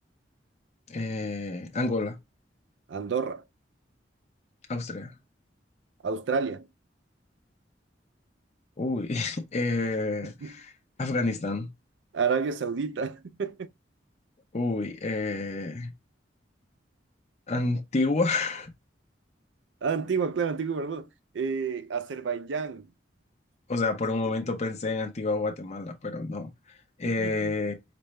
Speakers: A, on the left (about 40°); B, on the right (about 80°).
A: eh, Angola,
B: Andorra,
A: Austria,
B: Australia,
A: uy, <laughs> eh,
B: <laughs>
A: Afganistán,
B: Arabia Saudita, <laughs>
A: uy, eh, Antigua, <laughs>
B: Ah, Antigua, claro, Antigua y Barbuda, Eh, Azerbaiyán,
A: o sea, por un momento pensé en Antigua Guatemala, pero no. Eh,
B: <laughs>